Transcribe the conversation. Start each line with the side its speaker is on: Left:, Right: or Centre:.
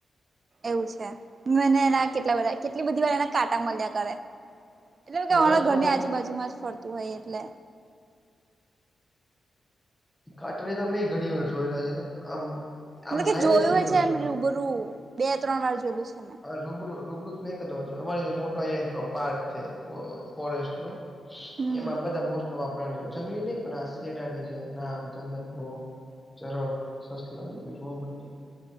Right: એવું છે મને એના કેટલા બધા કેટલી બધી વાર એના કાંટા મલ્યા કરે. એટલે કે
Centre: એ
Right: અમારા
Centre: રસ્તામાં
Right: ઘરની આજુ બાજુમાં જ ફરતું હોય એટલે.
Centre: કાટને તો અમે ઘણીવાર જોયેલા છે એના આમ
Right: એટલે
Centre: આમ
Right: કે
Centre: લાઈવ
Right: જોયું
Centre: ઘણી
Right: હ છે
Centre: વાર
Right: એમ
Centre: જોયુ
Right: રૂબરૂું બે ત્રણ વાર જોયું છે ને.
Centre: અ રૂબરૂ રૂબરૂત એક જ વાર અમારી મોટા અયા એક પાર્ક છે ફોરેસ્ટ નું
Right: હમ
Centre: એમાં બધા મોસ્ટ ઓફ આ પ્રાણીઓ જંગલી ની પણ આ શેડાડી છે, નાગ, ચંદન ઘો ચરક સસલાની એ બધુ જોવા મળે છે.